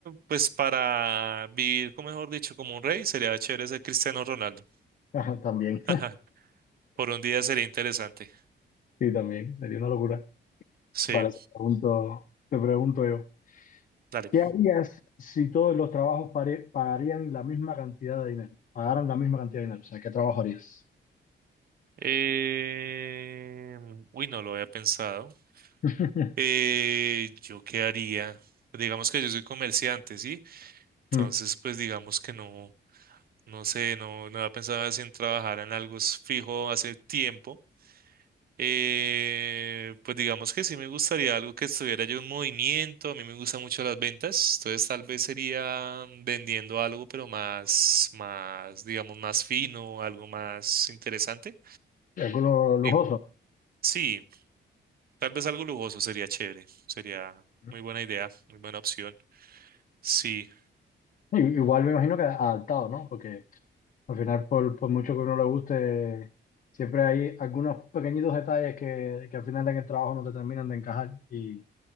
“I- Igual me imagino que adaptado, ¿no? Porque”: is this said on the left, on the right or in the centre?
Left